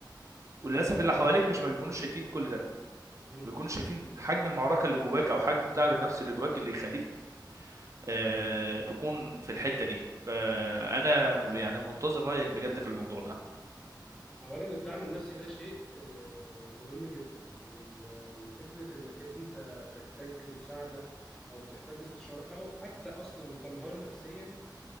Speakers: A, on the right; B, in the centre.
A: وللاسف
B: هقول
A: اللي
B: لك
A: حواليك
B: على حاجه
A: مش ما بيكونوش شايفين كل ده
B: مم.
A: ما بيكونوش شايفين حجم
B: مم.
A: المعركه اللي جواك او حجم التعب النفسي اللي جواك اللي يخليك آه تكون في الحته دي فانا
B: مم.
A: م- يعني منتظر رايك بجد في الموضوع ده
B: اولا الدعم النفسي ده شيء آه، مهم جدا وال- وفكره انك انت تحتاج مساعده او تحتاج استشاره او حتى اصلا تنهار نفسيا